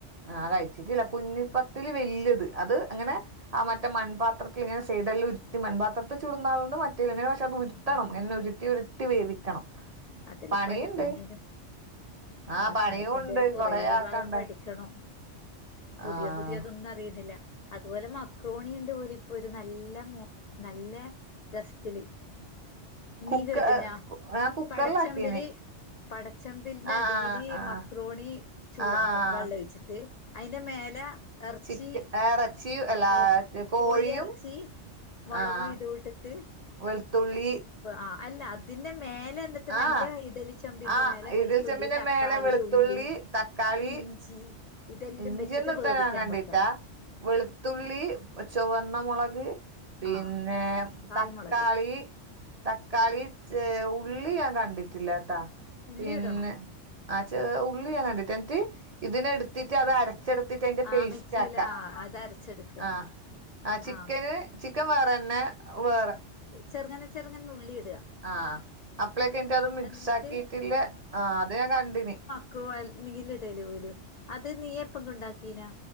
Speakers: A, on the right; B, on the left.
A: ആ കഴിച്ചിട്ടില്ല കുഞ്ഞിപ്പത്തില് വല്ല്യത് അത് അങ്ങനെ ആ മറ്റേ മൺപാത്രത്തിൽ ഇങ്ങനെ സെയ്ടെല്ലാഉരുട്ടി മൺപാത്രത്തിൽ ചുടുന്നാളുണ്ട് മറ്റ- ഇങ്ങനെ പക്ഷെ അത് ഉരുട്ടണം
B: ആഹ്
A: ഇങ്ങനെ ഉരുട്ടി ഉരുട്ടി വേവിക്കണം
B: അതല്ലാം
A: പണിയുണ്ട്
B: പഠിക്കണേനു
A: ആഹ്
B: ഭക്ഷണത്തിന്റെല്
A: പണിയുണ്ട്
B: കൊറേ
A: ആക്കണ്ടേ
B: ഭാഗം പഠിക്കണം പുതിയ
A: ആഹ്
B: പുതിയതൊന്നും അറിയുന്നില്ല അതുപോലെ മക്രോണിണ്ട് പോലും ഇപ്പൊ ഒരു നല്ല മ നല്ല രസ്ത്തില് നീ
A: കുക്ക
B: കേട്ടീനാ
A: ഞാൻ കുക്കറിലാക്കീന്
B: പടച്ചെമ്പില് പടച്ചമ്പ്ൽന്റെ
A: ആഹ്
B: അടീല്
A: ആഹ്
B: മക്രോണി ചൂടാക്കാ
A: ആഹ്
B: വെള്ളം ഒഴിച്ചിട്ട് അയ്ന്റെ മേലെ എറച്ചി
A: ചിക്കൻ ഏ റെ ച്ചിയും എല്ലാ
B: എർ
A: കോഴിയും
B: കോയി എറച്ചി മുളകും
A: ആഹ്
B: ഇതും ഇട്ടിട്ട്
A: വെളുത്തുള്ളി
B: ആ അല്ല അതിന്റെ മേലെ ന്ത ഇട്ട്
A: ആഹ്
B: അതിന്റെ ഇഡലിച്ചെമ്പിന്റെ
A: ആഹ്
B: മേലെ വെളുത്തുള്ളി
A: ഇടിൽച്ചെമ്പിന്റെ
B: തക്കാളി
A: മേലെ വെളുത്തുള്ളി
B: ഉള്ളി
A: തക്കാളി
B: ഇഞ്ചി ഇതെല്ലാം
A: ഇഞ്ചിയൊന്നും
B: വെച്ചിട്ട്
A: ഇട്ട
B: വേവിക്കാൻ
A: ഞാൻ കണ്ടിട്ടാ
B: വെക്കാ
A: വെളുത്തുള്ളി ചുവന്നമൊളക് പിന്നെ
B: ആ കായ്മുളക്
A: തക്കാളി തക്കാളി ഉള്ളി ഞാൻ കണ്ടിട്ടില്ലട്ടാ
B: ഉള്ളി
A: പിന്നെ
B: ഇടണം
A: ആഹ് ച ഉള്ളി ഞാൻ കണ്ടിട്ടില്ല എന്നിട്ട് ഇതിനെ എടുത്തിട്ട് അത് അര- അരച്ചെടത്തിട്ട് അതിന്റെ
B: ആ
A: പേസ്റ്റ്
B: മിക്സിയില
A: ആക്കാ
B: അത് അരച്ചെടുക്കുക
A: ആഹ് ആഹ് ചിക്കന്
B: ആ
A: ചിക്കൻ വേറെന്നെ വേറെ
B: ചെറ്ങ്ങനെ ചെറ്ങ്ങനെ നുള്ളി ഇടാ
A: ആഹ് അപ്പളേക്കെ ന്നിട്ട് അത് മിക്സ്
B: എന്നിട്ട്
A: ആക്കിട്ടില്ലേ ആഹ് അത് ഞാൻ കണ്ടിന്
B: ക്കു നീയില്ലേ ഇടയില് പോയില് അത് നീ എപ്പങ്കണ്ടാക്കീനാ?